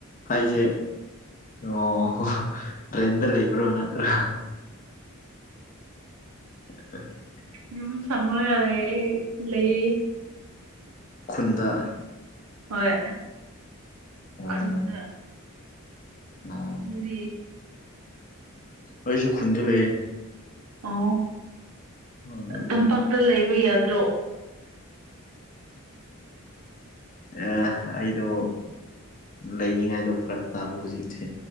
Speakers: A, on the left; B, on the right.
A: ꯍꯥꯏꯁꯦ ꯑꯣꯣ ꯇ꯭ꯔꯦꯟꯗ ꯂꯩꯕ꯭ꯔꯣ ꯅꯠꯇ꯭ꯔꯥ <unintelligible>
B: ꯌꯝ ꯁꯥꯡꯅ ꯌꯥꯔꯦ ꯑꯦ ꯂꯩꯌꯦ
A: ꯀꯟꯗ
B: ꯍꯣꯏ
A: ꯑꯣ
B: ꯈꯨꯟꯗ
A: ꯑꯣ
B: ꯅꯦ
A: ꯑꯩꯁꯨ ꯈꯨꯟꯗ ꯂꯩ
B: ꯑꯣ
A: ꯑꯗꯨꯝ
B: ꯇꯝꯄꯥꯛꯇ ꯂꯩꯕ ꯌꯥꯗ꯭ꯔꯣ
A: ꯑ ꯑꯩꯗꯣ ꯂꯩꯅꯤꯡꯉꯥꯏꯗꯣ ꯐꯔꯛ ꯇꯥꯕ ꯍꯧꯖꯤꯛꯁꯦ